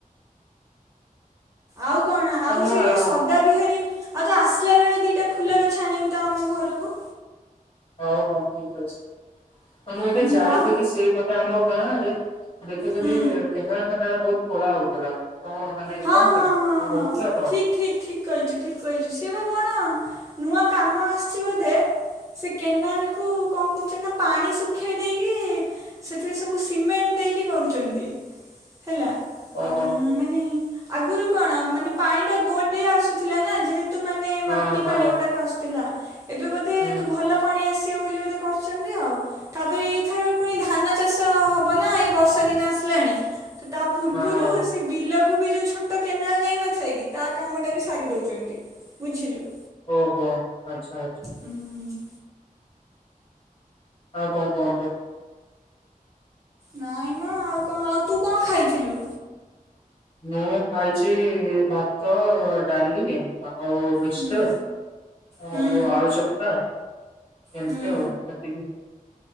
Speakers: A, on the right; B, on the left.
A: ଆଉ କଣ ଆଉ
B: ମୁଁ
A: ସେ ଯୋଉ ସଦା ବିହାରୀ ଆଉ ତୁ ଆସିଲା ବେଳେ ଦିଟା ଫୁଲ ଗଛ ଆଣିବୁ ତ ଆମ ଘରକୁ।
B: ହଉ ହଉ ଠିକ୍ ଅଛି। ମୁଁ ଏବେ
A: ହୁଁ
B: ଯାଇଥିଲି
A: ଆଉ
B: ସେଇପଟେ ଆମ ଗାଁ ରେ ଦେଖିଥିଲି
A: ହୁଁ
B: କେନାଳ ଫେନାଳ ବହୁତ ଖୋଳା ହଉଥିଲା। କଣ ମାନେ
A: ହଁ
B: କଣ ପାଇଁ
A: ହଁ ହଁ
B: କଣ
A: ହଁ
B: ହଉଥିଲା କଣ?
A: ଠିକ୍ ଠିକ୍ ଠିକ୍ ଠିକ୍ କହିଛୁ ଠିକ୍ କହିଛୁ ସିଏ ବା କଣ ନୂଆ କାମ ଆସିଛି ବୋଧେ ସେ କେନାଲକୁ କଣ କରୁଛନ୍ତି ନା ପାଣି ଶୁଖେଇ ଦେଇକି ସେଥିରେ ସବୁ ସିମେଣ୍ଟ ଦେଇକି କରୁଛନ୍ତି। ହେଲା
B: ଓହୋ
A: ଆଉ ମାନେ ଆଗରୁ କଣ ମାନେ ପାଣି ଟା ଗୋ ଗୋଳିଆ ଆସୁଥିଲା ନା ଯେହେତୁ ତୁ ମାନେ
B: ହଁ
A: ମାଟି
B: ହଁ
A: ପାଣି ଗୁଡାକ ଆସୁଥିଲା। ଏବେ ବୋଧେ
B: ହୁଁ
A: ତ ଭଲ ପାଣି ଆସ ବୋଲି ବୋଧେ କରିଛନ୍ତି ଆଉ ତାପରେ ଏଇଥର ପୁଣି ଧାନ ଚାଷ ହବ ନା ଏଇ ବର୍ଷା ଦିନ ଆସିଲାଣି ତ ତା ପୂର୍ବରୁ
B: ହଁ
A: ସେ ବିଲକୁ କୁ ବି ଯୋଉ ଛୋଟ କେନାଲ ଯାଇ ନଥାଏ କି ତା କାମଟା ବି ସାରି ଦଉଛନ୍ତି। ବୁଝିଲୁ।
B: ଓ ହୋ ଆଚ୍ଛା ଆଚ୍ଛା
A: ହୁଁ।
B: ଉ କଣ କୁହନ୍ତୁ?
A: ନାଇଁ ମା ଆଉ କଣ ଆଉ ତୁ କଣ ଖାଇଥିଲୁ?
B: ମୁଁ ଖାଇଛି ଭାତ ଡାଲି ଆ ଆଉ ମିଶ୍ଚର୍
A: ହୁଁ ହୁଁ
B: ଆଉ ଆଳୁ ଚକ୍ଟା ଏମତି
A: ହୁଁ
B: ଆଉ ସେତିକି